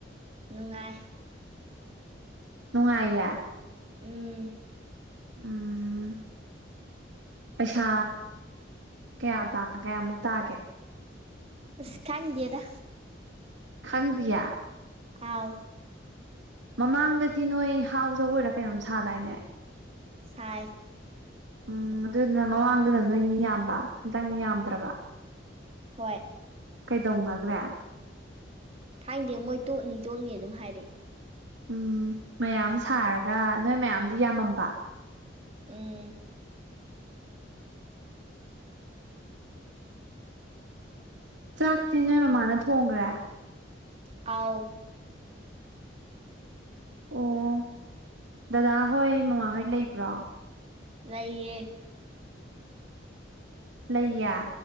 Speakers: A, on the right (about 30°); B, on the right (about 80°).
A: ꯅꯨꯡꯉꯥꯏ
B: ꯅꯨꯡꯉꯥꯏꯌꯦ
A: ꯎꯝ
B: ꯎꯝ ꯄꯩꯁꯥ ꯀꯌꯥ ꯀꯌꯥꯃꯨꯛ ꯇꯥꯒꯦ
A: ꯑꯁ ꯈꯥꯡꯉꯗꯦꯗ
B: ꯈꯪꯗꯤꯌꯦ
A: ꯑꯥꯎ
B: ꯃꯃꯥꯡꯗꯗꯤ ꯅꯣꯏ ꯍꯥꯎꯖꯒꯣꯏꯔ ꯀꯩꯅꯣꯝ ꯁꯥꯗꯥꯏꯅꯦ
A: ꯁꯥꯏ
B: ꯎꯝ ꯑꯗꯨꯗꯨꯅ ꯃꯃꯥꯡꯗꯅ ꯅꯣꯏ ꯃꯤ ꯌꯥꯝꯕ ꯍꯟꯗꯪꯗꯤ ꯌꯥꯝꯗ꯭ꯔꯕ
A: ꯍꯣꯏ
B: ꯀꯩꯗꯧꯅꯈ꯭ꯔꯦ
A: ꯊꯥꯡꯗꯦ ꯃꯣꯏ ꯇꯣꯛꯅꯤ ꯇꯣꯛꯅꯤ ꯑꯗꯨꯝ ꯍꯥꯏꯔꯛꯑꯦ
B: ꯎꯝ ꯃꯌꯥꯝ ꯁꯥꯔꯒ ꯅꯣꯏ ꯃꯌꯥꯝꯗꯤ ꯌꯥꯝꯃꯝꯕ
A: ꯎꯝ
B: ꯆꯥꯛꯇꯤ ꯅꯣꯏ ꯃꯃꯥꯅ ꯊꯣꯡꯈ꯭ꯔꯦ
A: ꯑꯥꯎ
B: ꯑꯣ ꯗꯗꯥ ꯍꯣꯏ ꯃꯃꯥꯍꯣꯏ ꯂꯩꯕ꯭ꯔꯣ
A: ꯂꯩꯌꯦ
B: ꯂꯩꯌꯥ